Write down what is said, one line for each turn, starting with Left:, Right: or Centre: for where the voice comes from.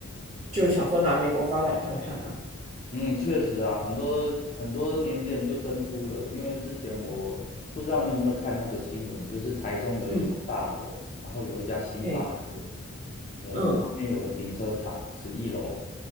Right: 就想说拿美国发展看看啊，
Left: 嗯，确实啊，很多很多年轻人就登出了，因为之前我不知道你有没有看那个新闻，就是台中有一栋大楼，
Right: 嗯，
Left: 然后有一家星巴克，
Right: 嘿，
Left: 哎，
Right: 嗯
Left: 旁边有个停车场，十一楼，